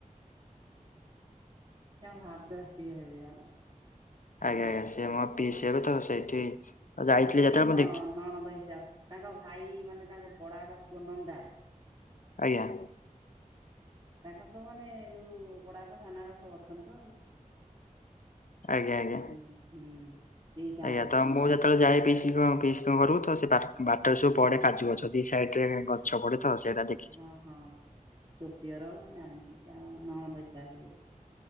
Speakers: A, on the right; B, on the left.
A: ଓ ସେ ଆମ ଭାଉଜ ସିଏ ହେବେ ଆମର।
B: ଆଜ୍ଞା ଆଜ୍ଞା, ସେ ମୋ ପିଇସି ହେବେତ, ସେଇଠି ଯାଇଥିଲି
A: ସୋପି
B: ଯେତେବେଳେ
A: ଯୋଉ
B: ମୁଁ
A: ନ
B: ଦେଖି
A: ନଣଦ ହିସାବ, ତାଙ୍କ ଭାଇ ମାନେ ତାଙ୍କ ବଡା ବାପା ପୁଅ ନଣ୍ଡା
B: ଆଜ୍ଞା।
A: ତାଙ୍କ ସବୁ ମାନେ ଯୋଉ ବଡାବାପା, ସାନବାପା, ସବୁ ଅଛନ୍ତି ତ ଆଉ।
B: ଆଜ୍ଞା ଆଜ୍ଞା।
A: ଉଁ, ହୁଁ, ଏଇ ଗାଁରେ
B: ଆଜ୍ଞା
A: ବା।
B: ତ ମୁଁ ଯେତେବେଳେ ଯାଏ ପିସିଙ୍କ, ପିସିଙ୍କ ଘରକୁ ତ ସେ ବା ବାଟରେ ସବୁ ପଡେ କାଜୁଗଛ, ଦି ସାଇଟରେ ଗଛ ପଡେ। ତ ସିଏ ହେରା ଦେ
A: ହଁ ହଁ, ସୋଫିଘର ଜାଣିଚି ସେ ଆ ନଣଦ ହିସାବ ହେବେ।